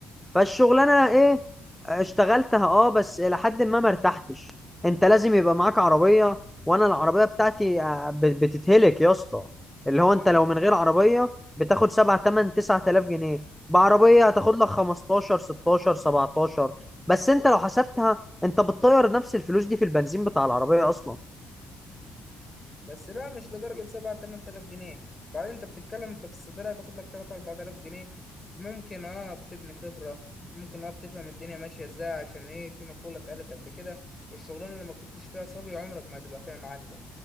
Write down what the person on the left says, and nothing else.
معاك
بس لا مش لدرجة سبعة تمن تلاف جنيه بعدين انت بتتكلم انت في الصيدلية هتاخد لك تلات أربعة تلاف جنيه ممكن اه بتبني خبرة ممكن اه بتفهم الدنيا ماشية ازاي عشان ايه في مقولة اتقالت قبل كده الشغلانة اللي ما كنتش فيها صبي عمرك ما هتبقى فيها معلم